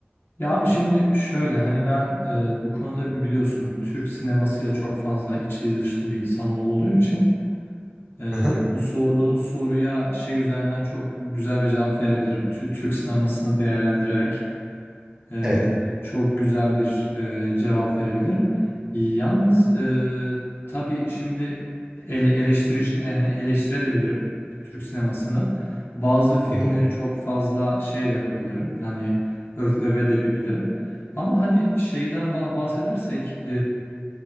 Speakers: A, on the left; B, on the right.
A: Ya abi şimdi şöyle hani ben e, bu konuda bi- biliyorsun Türk sinemasıyla çok fazla içli dışlı bir insan olduğum için e,
B: Hı hı.
A: bu sorduğun soruya şey üzerinden çok güzel bir cevap verebilirim. Tü- Türk sinemasını değerlendirerek. Ee,
B: Evet.
A: çok güzel bir e, cevap verebilirim. Yalnız e, tabii şimdi ele, eleştirici yani eleştirebilirim Türk sinemasını. Bazı filmleri
B: Hı hı.
A: çok fazla şey de yapabilirim. Hani öv, öve de bi- bilirim. Ama hani şeyden ba- bahsedersek